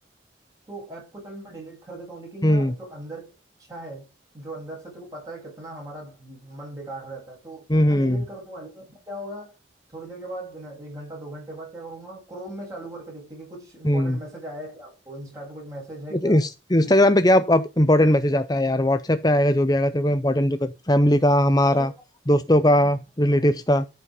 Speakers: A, on the right; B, on the left.
A: तो ऐप को चल मैं डिलीट कर देता हूँ लेकिन
B: हम्म
A: ना जो अंदर इच्छा है जो अंदर से तेको पता है कितना हमारा मन बेकार रहता है तो
B: हम्म
A: मैं
B: हम्म
A: डिलीट कर दूंगा लेकिन फिर क्या होगा थोड़ी देर के बाद ना, एक घंटा दो घंटे बाद क्या करूंगा क्रोम में चालू करके देखते कि कुछ इंपॉर्टेंट
B: हम्म।
A: मैसेज आया है क्या आपको इंस्टा पे कुछ मैसेज है क्या
B: इंस्टाग्राम
A: कि
B: पे क्या अब इंपॉर्टेंट मैसेज आता है यार व्हाट्सएप पे आएगा जो भी आएगा तेरे को इंपॉर्टेंट जो फैमिली का हमारा
A: और वही,
B: दोस्तों का रिलेटिव्स का